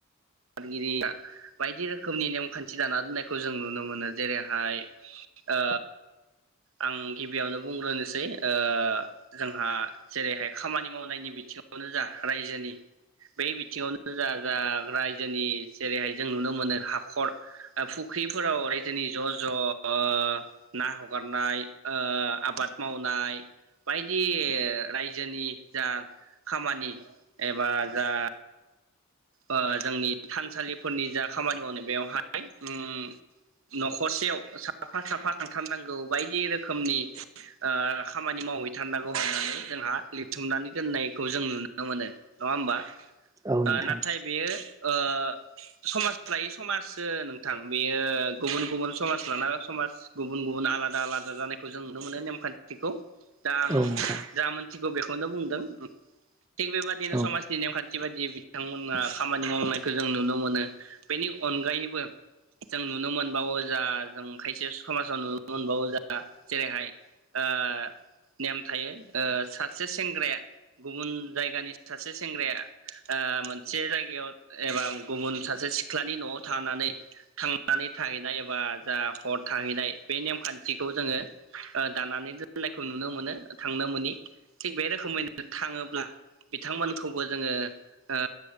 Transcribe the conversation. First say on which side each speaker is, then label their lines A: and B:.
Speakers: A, on the right; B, on the right.
A: आफादगिरि बायदि रोखोमनि नेमखान्थि दाना दोननायखौ जों नुनो मोनो जेरैहाय ओ आं गिबियावनो बुंग्रोनोसै ओ जोंहा जेरैहाय खामानि मावनायनि बिथिङावनो जा रायजोनि बै बिथिङावनो जा जा राय रायजोनि जेरैहाय जों नुनो मोनो हाखर फुख्रिफोराव रायजोनि ज ज ओ ना हगारनाय ओ आबाद मावनाय बायदि रायजोनि जा खामानि एबा जा ओ जोंनि थानसालिफोरनि जा खामानि मावनो बेवहाय उ नखरसेयाव साफा साफा थांथारनांगौ बायदि रोखोमनि ओ खामानि मावहैथारनांगौ होननानै जोंहा लिरथुमनानै दोननायखौ जों नुनो मोनो। नङा होमबा?
B: औ
A: ओ
B: नोंथां।
A: नाथाय बेयो ओ समाज लायै समाजसो नोंथां बेयो गुबुन गुबुन समाज लाना समाज गुबुन गुबुन आलादा आलादा जानायखौ जों नुनो मोनो नेमखान्थिखौ। दा आं
B: औ नोंथां
A: जामोन थिखौ बेखौनो बुंदों थिग बेबादिनो
B: औ
A: समाजनि नेमखान्थि बायदि बिथांमोन। ना खामानि मावनायखौ जों नुनो मोनो बेनि अनगायैबो जों नुनो मोनबावो जा जों खायसे समाजाव नुनो मोनबावो जा जेरैहाय ओ नेम थायो ओ सासे सेंग्राया गुबुन जायगानि सासे सेंग्राया ओ मोन मोनसे जायगायाव एबा गुबुन सासे सिख्लानि न'आव थानानै थांनानै थाहैनाय एबा जा हर थाहैनाय बे नेमखान्थिखौ जोङो ओ दानानै दोननायखौ नुनो मोनो थांनो मोनि थिग बे रोखोमैनो थाङोब्ला बिथांमोनखौबो जोङो ओ